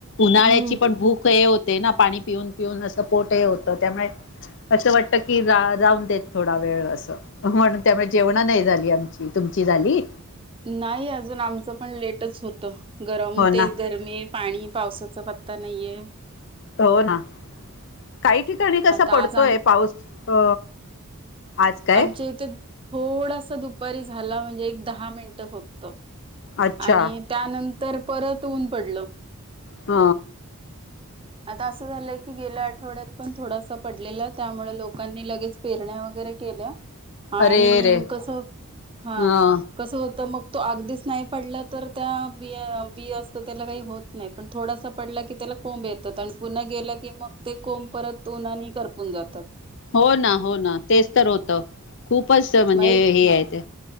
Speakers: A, on the left (about 55°); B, on the right (about 25°).
A: उन्हाळ्याची
B: हम्म.
A: पण भूक हे होते ना पाणी पिऊन पिऊन असं पोट हे होतं त्यामुळे असं वाटत की रा राहून देत थोडा वेळ असं म्हणून त्यामुळे जेवण नाही झाली आमची तुम तुमची झाली?
B: नाही अजून आमचं पण लेटच होत. गरम,
A: हो
B: तेच
A: ना
B: गरमी, पाणी पावसाचा पत्ता नाहीये.
A: हो ना काही ठिकाणी कसा
B: आता
A: पडतोय
B: आज आम
A: पाऊस अ आज काय
B: आमच्या इथे थोडासा दुपारी झाला म्हणजे एक दहा मिनटं फक्त
A: अच्छा
B: आणि त्यानंतर परत ऊन पडलं
A: ह
B: ह आता असं झालंय की गेल्या आठवड्यात पण थोडासा पडलेला, त्यामुळे लोकांनी लगेच पेरण्या वगैरे केल्या आणि
A: अरे रे
B: कस, हा,
A: ह
B: कसं होत मग तो अगदीच नाही पडला तर त्या बीया बी असत त्याला काही होत नाही पण थोडासा पडला की तर कोंब येतात आणि पुन्हा गेलं की मग ते कोंब परत उननी करपून जातात.
A: हो ना, हो ना, तेच तर होत. खूपच म्हणजे
B: मग
A: हे आहे ते